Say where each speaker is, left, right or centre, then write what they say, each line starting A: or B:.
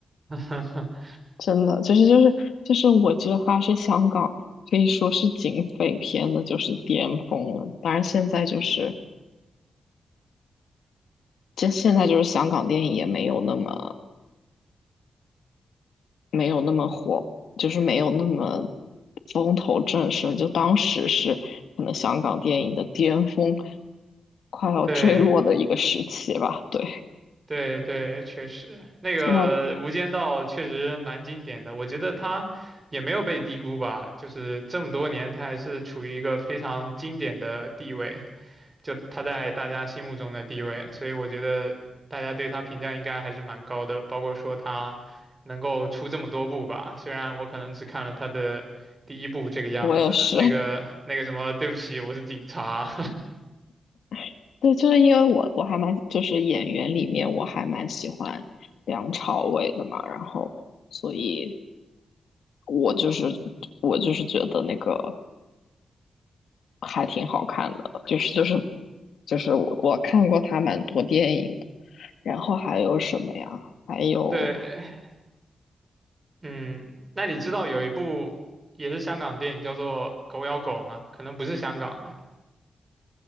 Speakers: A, on the right; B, on the left.
A: <laughs>
B: <laughs> 真的就是就是就是我觉得它是香港。可以说是警匪片的，就是巅峰了。当然，现在就是这现在就是香港电影也没有那么没有那么火，就是没有那么风头正盛。就当时是可能香港电影的巅峰，快要坠落的一个时期吧。
A: 对，
B: 对，
A: 对对，确实，那个《无间道》确实蛮经典的，
B: 现在
A: 我觉得他也没有被低估吧，就是这么多年，他还是处于一个非常经典的地位，就他在大家心目中的地位，所以我觉得大家对他评价应该还是蛮高的，包括说他能够出这么多部吧，虽然我可能只看了他的第一部这个样子，
B: 我也是，
A: 那个那个什么，对不起，我是警察，
B: <laughs> 对，就是因为我我还蛮就是演员里面我还蛮喜欢梁朝伟的嘛，然后所以我就是我就是觉得那个。还挺好看的，就是就是就是我我看过他蛮多电影的，然后还有什么呀？还有
A: <laughs> 对。嗯，那你知道有一部也是香港电影叫做《狗咬狗》吗？可能不是香港的，